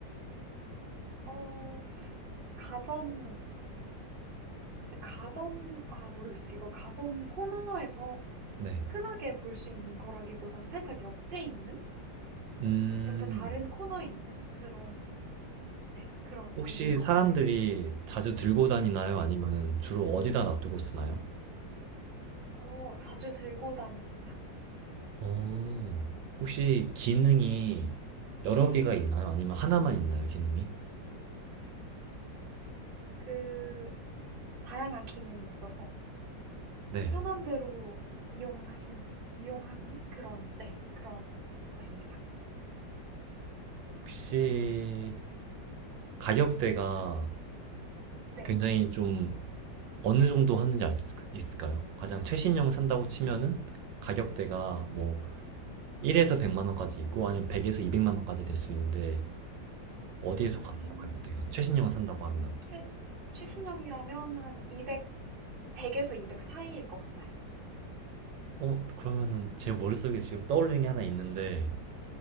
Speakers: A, on the right (about 40°); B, on the right (about 85°).
A: 어, 가전인데, 이제 가전, 아, 모르겠어요. 이거 가전 코너에서
B: 네.
A: 흔하게 볼 수 있는 거라기보단 살짝 옆에 있는,
B: 음,
A: 옆에 다른 코너에 있는 그런, 네, 그런 종류일
B: 혹시
A: 것
B: 사람들이
A: 같아요.
B: 자주 들고 다니나요?
A: 네,
B: 아니면은 주로 어디다 놔두고 쓰나요?
A: 어, 자주 들고 다닙니다.
B: 어, 혹시 기능이 여러 개가
A: 네,
B: 있나요? 아니면 하나만 있나요, 기능이?
A: 그, 다양한 기능이 있어서
B: 네.
A: 편한 대로 이용하신, 이용한 그런, 네, 그런 것입니다.
B: 혹시 가격대가
A: 네,
B: 굉장히 좀 어느 정도 하는지 알 수 있을까요? 가장 최신형 산다고 치면은 가격대가 뭐 1에서 100만 원까지 있고 아니면 100에서 200만 원까지 될 수 있는데 어디에서
A: 음,
B: 가나요 가격대가 최신형을 산다고 하면
A: 최, 최신형이라면 한 200, 100에서 200 사이일 것 같아요.
B: 어 그러면은 제 머릿속에 지금 떠오르는 게 하나 있는데